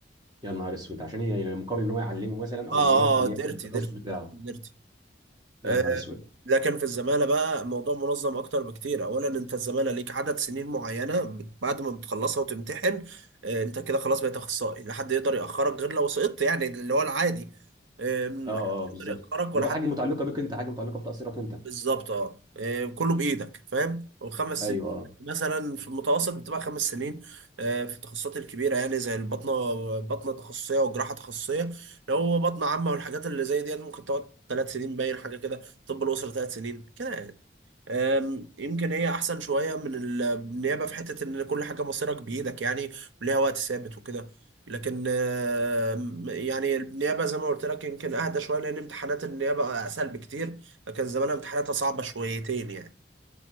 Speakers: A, on the right; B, on the right.
A: يا نهار اسود عشان ي- يعني مقابل ان هو يعلمه مثلا او
B: اه
A: ان هو يخليه
B: اه
A: ياخد
B: ديرتي
A: التخصص
B: ديرتي
A: بتاعه
B: ديرتي
A: يا
B: آه
A: نهار اسود
B: لكن في الزمالة بقى الموضوع منظم اكتر بكتير اولا انت الزمالة ليك عدد سنين معينة بت- بعد ما بتخلصها وتمتحن آه انت كده خلاص بقيت اخصائي لا حد يقدر ياخرك غير لو سقطت يعني اللي هو العادي آه، محدش
A: اه اه بالظبط
B: يقدر يأخرك
A: اللي
B: ولا
A: هو
B: حد
A: حاجة متعلقة بيك انت حاجة متعلقة بتقصيرك انت
B: بالظبط اه آه، كله بايدك فاهم وخمس
A: ايوه
B: سنين
A: اه
B: مثلا في المتوسط بتبقى خمس سنين آه، في التخصصات الكبيره يعني زي البطنه بطنه تخصصيه وجراحه تخصصيه لو هو بطنه عامه والحاجات اللي زي ديت ممكن تقعد ثلاث سنين باين حاجه كده طب الاسره ثلاث سنين كده أم، يمكن هي احسن شويه من ال- النيابه في حته ان كل حاجه مصيرك بايدك يعني وليها وقت ثابت وكده لكن أم، يعني النيابه زي ما قلت لك يمكن اهدى شويه لان امتحانات النيابه اسهل بكتير لكن زمان امتحاناتها صعبه شويتين يعني